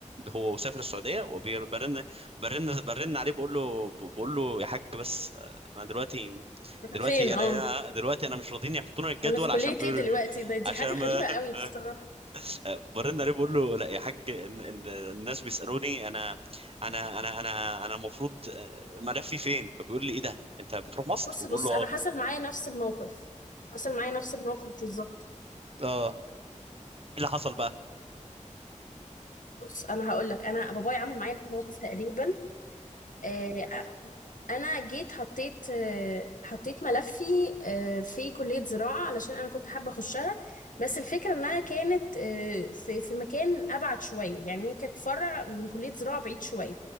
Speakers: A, on the right; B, on the left.
A: هو سافر السعوديه وبرن برن برن عليه بقول له بقول له يا حاج بس آه، انا دلوقتي
B: أنا
A: دلوقتي
B: فين
A: انا
B: اه
A: دلوقتي انا مش راضيين يحطونا الجدول
B: انا في كلية
A: عشان بيقولوا
B: ايه دلوقتي
A: ايه
B: ده دي
A: عشان
B: حاجة
A: ما-
B: غريبة
A: <laughs>
B: قوي بصراحة
A: برن عليه بقول له لا يا حاج إن- إن- الناس بيسالوني انا انا انا انا انا المفروض آه، ملفي فين فبيقول لي ايه ده انت بتروح مصر
B: بص
A: بقول
B: بص
A: له اه.
B: انا حصل معايا نفس الموقف حصل معايا نفس الموقف بالظبط
A: اه ايه اللي حصل بقى
B: بص انا هقول لك انا بابايا عمل معايا موقف تقريبا آه، انا جيت حطيت آه، حطيت ملفي آه، في كلية زراعة علشان انا كنت حابة اخشها بس الفكرة انها كانت آه، في في مكان ابعد شوية يعني هي كانت فرع من كلية زراعة بعيد شوية